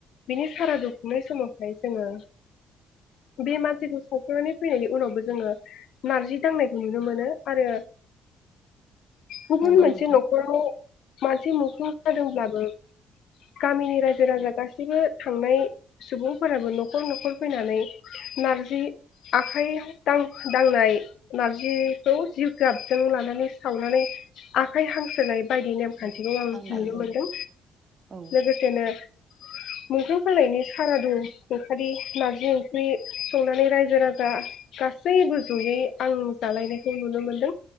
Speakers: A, on the left; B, on the right.
A: बिनि साराद दुखांनाय समावहाय जोङो बे मानसिखौ सावखांनानै फैनायनि उनावबो जोङो नारजि दांनायखौ नुनो मोनो आरो गुबुन
B: नंगौ
A: मोनसे
B: नोंथां
A: न'खराव माजि <inaudible> जादोंब्लाबो गामिनि रायजो राजा गासैबो थांनाय सुबुंफोराबो न'खर न'खर फैनानै नारजि आखाइ दांनाय नारजिखौ जिगाबजों लानानै सावनानै आखाइ हांनाय बायदि नेमखान्थिखौ
B: औ
A: आं-
B: आंनाय
A: नुनो
B: औ
A: मोनदों
B: औ
A: लोगोसेनो <unintelligible> सारादु खुंखालि नार्जि ओंख्रि संनानै रायजो राजा गासैबो जयै आं जालायनायखौ नुनो मोनदों।